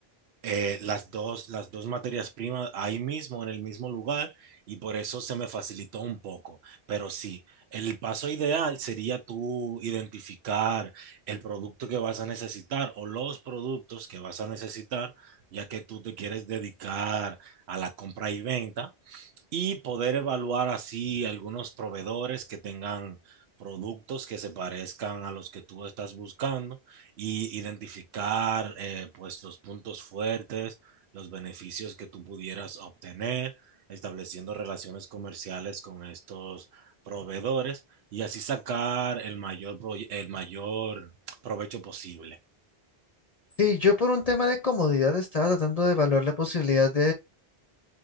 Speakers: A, on the right; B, on the left.
A: eh, las dos, las dos materias primas ahí mismo, en el mismo lugar, y por eso se me facilitó un poco. Pero sí, el paso ideal sería tú identificar el producto que vas a necesitar o los productos que vas a necesitar, ya que tú te quieres dedicar a la compra y venta y poder evaluar así algunos proveedores que tengan productos que se parezcan a los que tú estás buscando y identificar eh, pues los puntos fuertes, los beneficios que tú pudieras obtener, estableciendo relaciones comerciales con estos proveedores y así sacar el mayor, proy- el mayor provecho posible.
B: Sí, yo por un tema de comodidad estaba tratando de evaluar la posibilidad